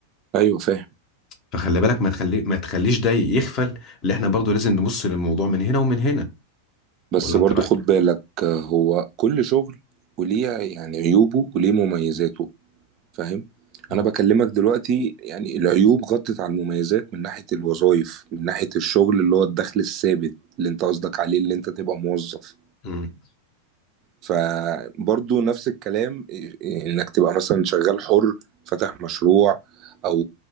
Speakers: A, on the right; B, on the left.
A: أيوة فاهم
B: فخلي بالك ما تخلي ما تخليش ده يغفل اللي احنا برضو لازم نبص للموضوع من هنا ومن هنا
A: بس
B: ولا
A: برضو
B: انت رايك
A: خد بالك آه، هو كل شغل وليه يعني عيوبه وليه مميزاته فاهم
B: مم.
A: أنا بكلمك دلوقتي يعني العيوب غطت على المميزات من ناحية الوظائف من ناحية الشغل اللي هو الدخل الثابت اللي انت قصدك عليه اللي انت تبقى موظف
B: مم.
A: فبرضو نفس الكلام إيه، إيه، انك تبقى مثلا شغال حر فاتح مشروع او